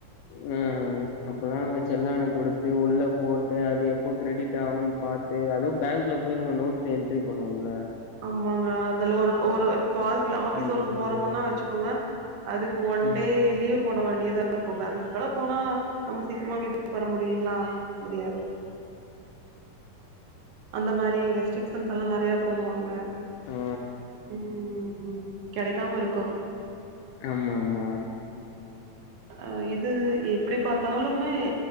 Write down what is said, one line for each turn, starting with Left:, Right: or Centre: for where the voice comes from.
Left: ம் ம் அப்பல்லா நம்ம செல்லான குடுத்து உள்ள போட்டு அது எப்போ கிரிடிட் ஆகுனு பாத்து அதுவு பேங்க் ல போய் நம்ம நோட்டல என்ட்ரி பண்ணுவோம்ல
Right: ஆமாங்க அதுல ஒரு ஒரு இப்போ ஆஃபீ ஆஃபீஸ்
Left: ஐய்யய்யோ!
Right: ஒர்க் போறோமுன்னா வச்சுக்கோங்க அதுக்கு ஒன்
Left: ம்.
Right: டே லீவ் போட வேண்டியதா இருக்கு பேங்குக்கல்லா போனா நம்ம சீக்கிரமா வீட்டுக்கு வர முடியுங்ளா முடியாது அந்த மாரி ரெஸ்ட்ரிக்ஷன்ஸ்லா நெறைய போடுவாங்க
Left: ஆ
Right: ம் கெடைக்காம இருக்கும்
Left: ஆமா ஆமா
Right: அ இது எப்டி பாத்தாலுமே